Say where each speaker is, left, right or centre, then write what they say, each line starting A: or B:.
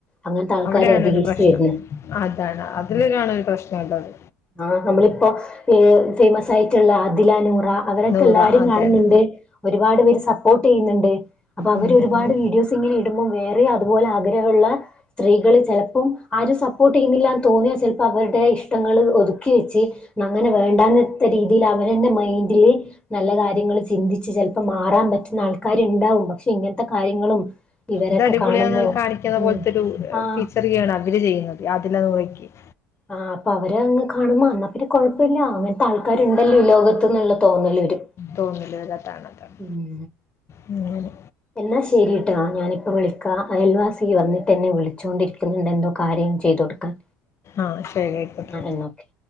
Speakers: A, on the left (about 15°); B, on the left (about 40°).
A: അങ്ങനത്തെ ആൾക്കാർ
B: അവിടെയാണ്
A: അധികരിച്ചു
B: ഒരു പ്രശ്നം
A: വരുന്നു
B: അതാണ് അതിലുടാണ് ഒരു പ്രശ്നം ഉള്ളത്.
A: ആ നമ്മളിപ്പോ പെ ഫേമസ് ആയിട്ടുള്ള അദില നൂറ അവരൊക്കെ
B: നൂറ
A: എല്ലാരും
B: അതാണ്
A: കാണുന്നുണ്ട് ഒരുപാട് പേര് സപ്പോർട്ട് ചെയ്യുന്ന്ണ്ട് അപ്പ അവര്
B: ഉം,
A: ഒരുപാട്
B: ഉം.
A: വീഡിയോസ് <unintelligible> ഇടുമ്പോം വേറെ അതുപോലെ ആഗ്രഹള്ള സ്ത്രീകള് ചെലപ്പം ആരും സപ്പോർട്ട് ചെയ്യുന്നില്ലാന്ന് തോന്നിയാ ചിലപ്പ അവര്ടെ ഇഷ്ടങ്ങള് ഒതുക്കി വെച്ച് നങ്ങനെ വേണ്ടാന്നത്തെ രീതിലവരന്നെ മൈന്റില് നല്ല കാര്യങ്ങള്ചിന്തിച്ച് ചെലപ്പം മാറാൻ പറ്റുന്ന ആൾക്കാര്ണ്ടാവും പക്ഷേ ഇങ്ങൻത്തെ കാര്യങ്ങളും ഇവരൊക്കെ
B: ഇത് അടിപൊളിയാ
A: കാണുമ്പോ
B: ന്ന്കാണിക്കുന്നത്
A: ഉം
B: പോൽതൊരു
A: ആഹ്
B: ഫീച്ചർക്യയാണ് അവര് ചെയ്യുന്നത് അതില്ലാ <unintelligible>
A: ആഹ് അപ്പ അവര് അങ്ങ് കാണ് മ്മ അന്നാ പിന്ന കൊയ്പ്പില്ല അങ്ങൻ താൾക്കാര്ണ്ടല്ല ഇലോകത്ത്ന്നുള്ള തോന്നല് വരും
B: തോന്നില്ല വരാത്താണ് അതാണ്
A: ഉം
B: ഉം ങ്ങനെ
A: എന്നാ ശെരിട്ടാ ഞാനിപ്പ വിളിക്കാ അയൽവാസി വന്നിട്ട് എന്നെ വിളിച്ചോണ്ടിരിക്കാ ക്ക്ന്നെന്തോ കാര്യം ചെയ്തു കൊടുക്കാൻ
B: ആഹ് ശരി അയിക്കോട്ടെ
A: ആഹ് എന്നാ ഓക്കെ